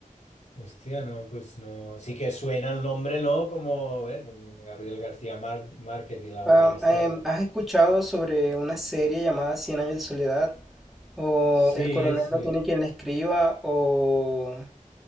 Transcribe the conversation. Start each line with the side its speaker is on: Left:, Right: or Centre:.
Left: hostia, no, pues no. Sí que suena el nombre, ¿no? Como, a ver, Gabriel García Mar- Márquez y la
Centre: Ah,
Left: obra esta.
Centre: em,
Left: ta-
Centre: ¿has escuchado sobre una serie llamada Cien años de soledad? O
Left: Sí,
Centre: El coronel
Left: sí.
Centre: no tiene quien la escriba, o